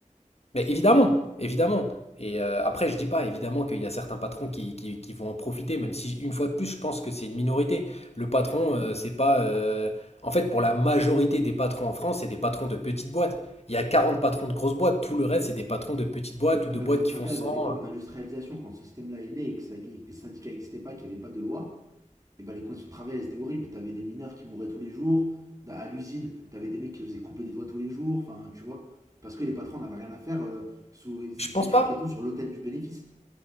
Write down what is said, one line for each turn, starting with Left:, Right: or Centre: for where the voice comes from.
Left: Mais évidemment, évidemment. Et euh, après, je dis pas, évidemment, qu'il y a certains patrons qui, qui- qui vont en profiter, même si, une fois de plus, je pense que c'est une minorité. Le patron, euh, c'est pas. euh, En fait, pour la majorité des patrons en France, c'est des patrons de petites boîtes. Il y a 40 patrons de grosses boîtes, tout le reste, c'est des patrons de petites boîtes ou
Right: Ouais,
Left: de
Right: mais
Left: boîtes
Right: quand tu
Left: qui font
Right: regardes
Left: 100.
Right: à l'époque
Left: euh.
Right: d'industrialisation, quand ce système-là est né et que, ça- et que les syndicats n'existaient pas, qu'il n'y avait pas de loi, et ben les conditions de travail, elles étaient horribles. T'avais des mineurs qui mouraient tous les jours. À l'usine, t'avais des mecs qui se faisaient couper des doigts tous les jours. Enfin, tu vois. Parce que les patrons n'avaient rien à faire. euh, sous, ils
Left: Je
Right: ils
Left: pense
Right: sacrifiaient
Left: pas.
Right: tout sur l'autel du bénéfice.